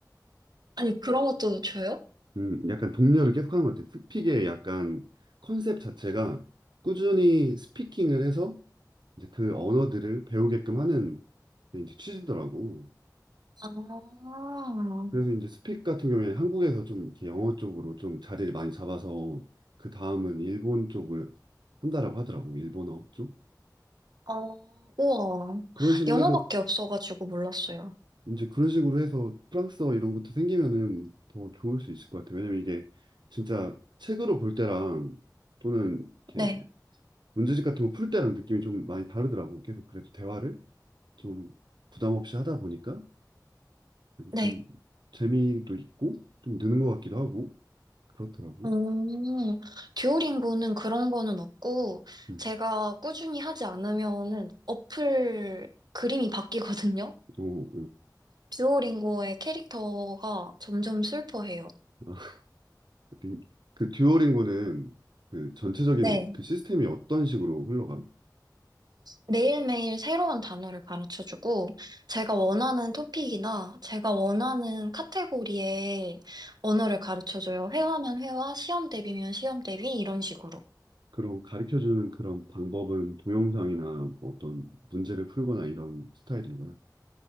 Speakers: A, on the right; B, on the right.
A: 아니 그런 것도 줘요?
B: 음, 약간 독려를 계속하는 것 같아. 스픽의 약간 컨셉 자체가 꾸준히 스피킹을 해서 이제 그 언어들을 배우게끔 하는 게 이제 취지더라고.
A: 아.
B: 그래서 이제 스픽 같은 경우에 한국에서 좀 이렇게 영어 쪽으로 좀 자리를 많이 잡아서 그 다음은 일본 쪽을 한다라고 하더라고. 일본어 쪽.
A: 어, 우와.
B: 그런 식으로
A: 영어밖에
B: 해서
A: 없어가지고 몰랐어요.
B: 이제 그런 식으로 해서 프랑스어 이런 것도 생기면은 더 좋을 수 있을 것 같아요. 왜냐면 이게 진짜 책으로 볼 때랑 또는 이렇게
A: 네,
B: 문제집 같은 거 풀 때랑 느낌이 좀 많이 다르더라고. 계속 그래도 대화를 좀 부담 없이 하다 보니까
A: 네.
B: 좀 재미도 있고 좀 느는 것 같기도 하고 그렇더라고.
A: 음, 듀오링고는 그런 거는 없고,
B: 음.
A: 제가 꾸준히 하지 않으면은 어플 그림이 바뀌거든요?
B: 어,
A: 듀오링고의 캐릭터가 점점 슬퍼해요.
B: 어. <laughs> 그 듀오링고는 그 전체적인
A: 네.
B: 그 시스템이 어떤 식으로 흘러가?
A: 매일매일 새로운 단어를 가르쳐주고, 제가 원하는 토픽이나 제가 원하는 카테고리의 언어를 가르쳐줘요. 회화면 회화, 시험 대비면 시험 대비, 이런 식으로.
B: 그리고 가르쳐줄 그런 방법은 동영상이나 뭐 어떤 문제를 풀거나 이런 스타일인가요?